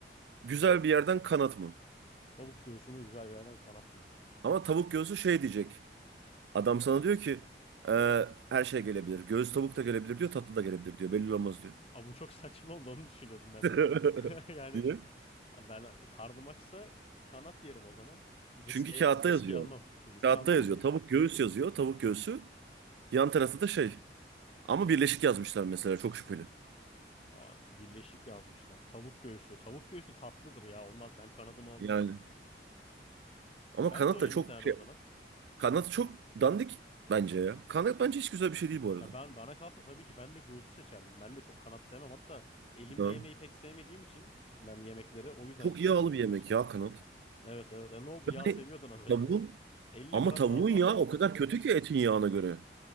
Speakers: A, on the right; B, on the left.
A: güzel bir yerden kanat mı?
B: Tavuk göğsünü güzel bir yerden kanat mı?
A: Ama tavuk göğsü şey diyecek. Adam sana diyor ki "Ee, her şey gelebilir. Göğüs tavuk da gelebilir diyor, tatlı da gelebilir diyor. Belli olmaz diyor.
B: Aa, bu çok <laughs> saçma oldu onu düşünüyordum ben
A: <laughs>
B: de. <laughs> Yani
A: Diye.
B: ben karnım açsa kanat yerim o zaman. Riske,
A: Çünkü kağıtta
B: riske
A: yazıyor.
B: almam. Risk
A: Kağıtta
B: almam
A: yazıyor.
B: o zaman.
A: Tavuk göğüs yazıyor. Tavuk göğsü. Yan tarafta da şey. Ama birleşik yazmışlar mesela. Çok şüpheli.
B: Aa, birleşik yazmışlar. Tavuk göğsü. Tavuk göğsü tatlıdır ya. Olmaz ben kanadımı alayım
A: Yani.
B: ya.
A: Ama
B: Ben
A: kanat
B: sorayım
A: da çok
B: bir tane
A: şey.
B: o zaman.
A: Kanat çok dandik bence ya. Kanat bence hiç güzel bir şey değil bu arada.
B: Ya ben bana kalsa tabii ki ben de göğsü seçerdim. Ben de çok kanat sevmem. Hatta elimle
A: Ya.
B: yemeği pek sevmediğim için ben yemekleri o yüzden
A: Çok yağlı
B: göğüs
A: bir yemek
B: seçerdim.
A: ya kanat.
B: Evet evet. E, ne oldu?
A: Yani
B: Yağ seviyordun az önce.
A: tavuğun
B: 50
A: ama
B: gram
A: tavuğun
B: daha fazla
A: yağı
B: al
A: o
B: git.
A: kadar kötü ki etin yağına göre.